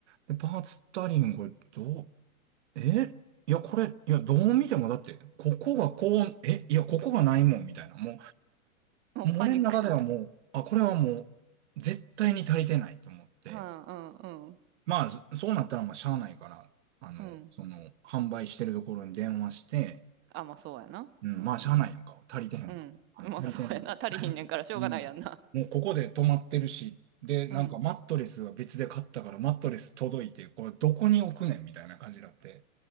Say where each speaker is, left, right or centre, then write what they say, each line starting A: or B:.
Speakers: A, on the right; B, on the right.
A: で、パーツ足りひんこれどう、えいや、これ、いや、どう見てもだって、ここがこう、えいや、ここがないもん、みたいな。もう、
B: もうパニックやな。
A: もう俺の中ではもう、あ、これはもう、絶対に足りてないと思って、
B: うん、うん、うん、
A: まあ、そそうなったらまあ、しゃあないから、あの、
B: うん。
A: その、販売してるところに電話して、
B: あ、まあそうやな。
A: うん、
B: うん、
A: まあ、しゃあないやんか。足りてへんか。
B: うん。
A: あの、
B: まあそうやな。
A: 足りてない。
B: 足りひんねんからしょうがないやんな。
A: うん。もう、ここで止まってるし、で、なんか、
B: うん。
A: マットレスは別で買ったから、マットレス届いて、これ、どこに置くねんみたいな感じになって。